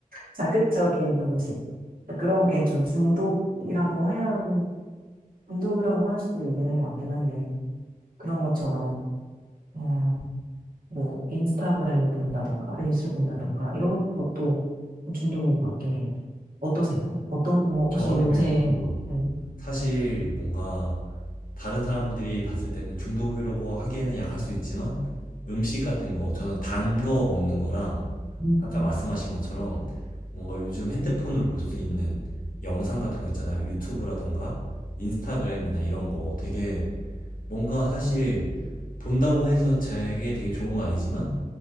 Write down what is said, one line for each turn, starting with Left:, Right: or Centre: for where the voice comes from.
Right: 자극적인 음식. 그런 게 좀 중독이라고 해야, 중독이라고 할 수 있는 것 같긴 한데, 그런 것처럼, 어, 뭐, 인스타그램을 본다던가, 릴스 본다던가, 이런 것도 중독인 것 같긴 해요. 어떠세요? 어떤 거, 혹시
Left: 저 같은
Right: 요새,
Left: 경우도
Right: 음,
Left: 사실 뭔가 다른 사람들이 봤을 때는 중독이라고 하기에는 약할 수 있지만 음식 같은 거, 저는 단 거 먹는 거랑
Right: 음,
Left: 아까 말씀하신 것처럼 뭔가 요즘 핸드폰으로 볼 수 있는 영상 같은 거 있잖아요. 유튜브라던가 인스타그램이나 이런 거 되게 뭔가 사실 본다고 해서 제게 되게 좋은 건 아니지만